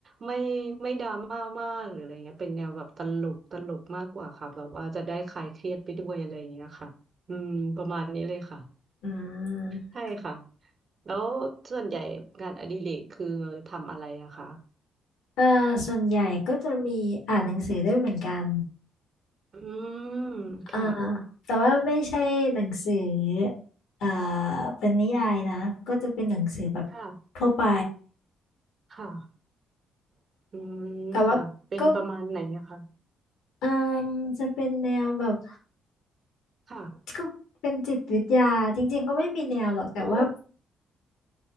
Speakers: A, on the right (about 45°); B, on the left (about 85°).
A: ไม่ไม่ดราม่ามากหรืออะไรเงี้ยเป็นแนวแบบตลกตลกมากกว่าค่ะแบบว่าจะได้คลายเครียดไปด้วยอะไรอย่างเงี้ยค่ะอืมประมาณนี้เลยค่ะ
B: อืม
A: ใช่ค่ะแล้วส่วนใหญ่งานอดิเรกคือทำอะไรอะคะ
B: เออส่วนใหญ่ก็จะมีอ่านหนังสือด้วยเหมือนกัน
A: อืมค่ะ
B: อ่าแต่ว่าไม่ใช่หนังสือเอ่อเป็นนิยายนะก็จะเป็นหนังสือแบบ
A: ค่ะ
B: ทั่วไป
A: ค่ะอืมค่ะเป็นประมาณไหนอะคะ
B: แต่ว่าก็เอ่มจะเป็นแนวแบบ
A: ค่ะ
B: ก็เป็นจิตวิทยาจริงๆก็ไม่มีแนวหรอกแต่ว่า
A: โอ้